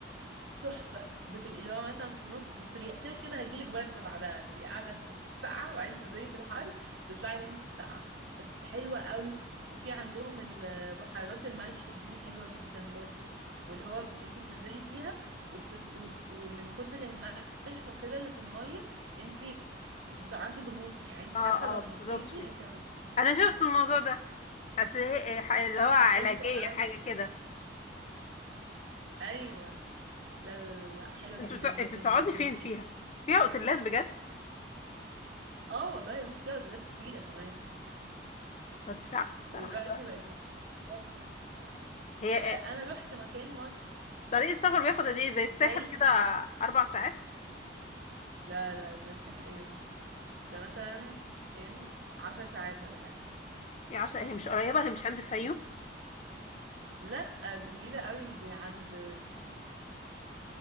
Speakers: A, on the right (about 80°); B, on the left (about 35°).
A: تحفة بتبقي اللي هو مثلا في نص بس بي... كده كده هيجيلك برد بعدها تبقي قاعدة في في السقعة وبعدين تنزلي في الحر تطلعي تاني في السقعة بس حلوة قوي وفي عندهم ال- بحيرات الملح دي حلوة جدا برضو واللي هو انتي بتنزلي فيها وبتت... و... ومن كتر الملح وكده اللي في المية انتي مش بتعرفي تغوصي يعني انتي
B: اه
A: حتى لو
B: اه بتطفي
A: نطيتي انتي هتفضلي
B: انا شفت الموضوع ده أس- إيه، ح- اللي هو علاجية
A: حلوة قوي
B: حاجة كده
A: ايوه لا لا لا لا، حلوة جدا
B: انتوا بتق-
A: جدا
B: بتقعدي
A: جدا
B: فين
A: جدا
B: فيها فيها اوتيلات بجد
A: اه والله يا بنتي فيها اوتيلات كتيرة كمان
B: كنتش عارف الصراحة
A: دلوقتي بقت مكان
B: هي
A: آه،
B: إيه،
A: انا رحت مكان مر
B: طريق السفر بياخد قد ايه زي الساحل
A: زي
B: كده اربع ساعات
A: لا لا زي الساحل ايه وانتي ده مثلا كام عشر ساعات ولا حاجة
B: يا عشان هي مش قريبة هي مش عند الفيوم
A: لا دي بعيدة قوي دي عند